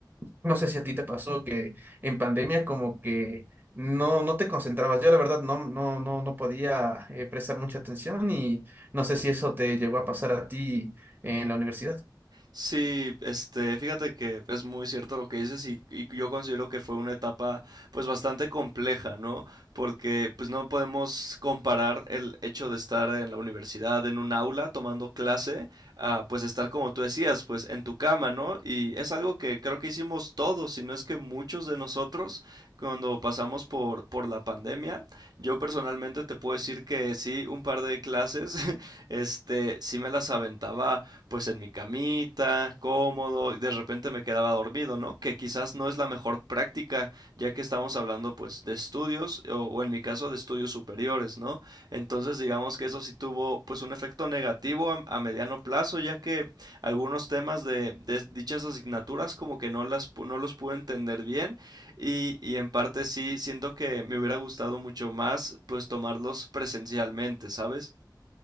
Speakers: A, on the right; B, on the right.
A: no sé si a ti te pasó que en pandemia como que no, no te concentrabas. Yo la verdad no, no, no, no podía eh, prestar mucha atención y no sé si eso te llegó a pasar a ti en la universidad.
B: Sí, este, fíjate que es muy cierto lo que dices y, y yo considero que fue una etapa pues bastante compleja, ¿no? Porque pues no podemos comparar el hecho de estar en la universidad, en un aula, tomando clase, a pues estar como tú decías, pues en tu cama, ¿no? Y es algo que creo creo que hicimos todos, si no es que muchos de nosotros, cuando pasamos por, por la pandemia. Yo personalmente te puedo decir que sí, un par de clases, <laughs> este, sí me las aventaba pues en mi camita, cómodo, y de repente me quedaba dormido, ¿no? Que quizás no es la mejor práctica, ya que estamos hablando pues de estudios, o, o en mi caso de estudios superiores, ¿no? Entonces digamos que eso sí tuvo pues un efecto negativo a, a mediano plazo, ya que algunos temas de, de, dichas asignaturas como que no las no los pude entender bien y, y, en parte sí siento que me hubiera gustado mucho más pues tomarlos presencialmente, ¿sabes?